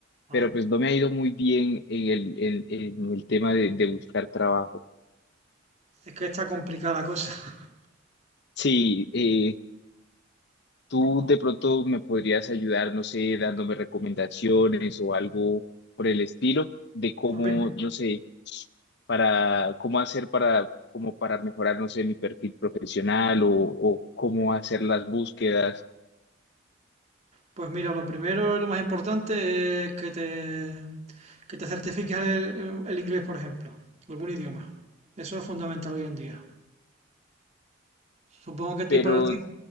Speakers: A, on the right (about 35°); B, on the left (about 55°).
A: Ah,
B: pero pues no me ha ido muy bien en el, en- en el tema de, de buscar trabajo.
A: es que está complicada la cosa. <laughs>
B: Sí, eh, Tú de pronto me podrías ayudar, no sé, dándome recomendaciones o algo por el estilo de cómo,
A: Pues, mi-
B: no sé, para cómo hacer para como para mejorar, no sé, mi perfil profesional o, o cómo hacer las búsquedas,
A: pues mira, lo primero y lo más importante es que te, que te certifiques el, el inglés, por ejemplo, algún idioma. Eso es fundamental hoy en día. Supongo que a
B: pero
A: ti para ti,